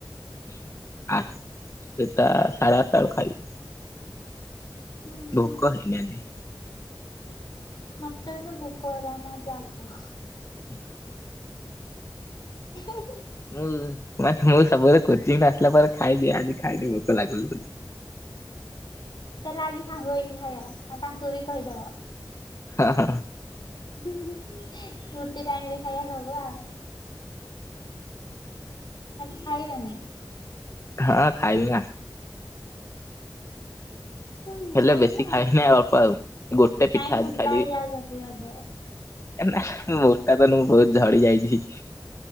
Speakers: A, on the left; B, on the left.
A: <unintelligible> ଆ ସେଟା ସାଢେ ଆଠଟା ବେଳକୁ ଖାଇବି।
B: ହୁଁ
A: ଭୋକ
B: ହୁଁ
A: ହେଲାନି
B: ମତେ ଏଇନେ ଭୋକହେଲାଣି ଆଜି ଆଗ
A: <unintelligible>
B: ହିଁ - ହିଁ
A: ମୁଁ ଵାସ୍ ମୁଁ ସବୁବେଳେ କୋଚିଂ ଆସିଲା ପରେ ଖାଇଦିଏ ଆଜି ଖାଇନି ଭୋକଲାଗୁ
B: ଚାଲେ ଆଜି ସାଙ୍ଗ ହେଇକି ଖାଇବା ଆଉ ତାଙ୍କୁ ବି କହିଦବ
A: ହଁ ହଁ।
B: ହୁଁ ହୁଁ ଗୋଟେ ଟାଇମରେ ଖାଇବା ସବୁ ଆଉ। ଆଜି ଖାଇବାନି।
A: ହଁ ଖାଇବି ନା।
B: ହୁଁ
A: ହେଲେ
B: ଖାଇବେ
A: ବେଶୀ
B: ନା
A: ଖାଇବିନି ଅଳ୍ପ ଆଉ ଗୋଟେ
B: କାହିଁକି
A: ପିଠା ଆଜି
B: ମୋଟା
A: ଖାଇଦେବି।
B: ହେଇଯାଉଛନ୍ତି ବୋଧେ।
A: ନା ମୋଟା ତ ନୁହଁ ମୁୁଁ ବହୁତ ଝଡି ଯାଇଛି।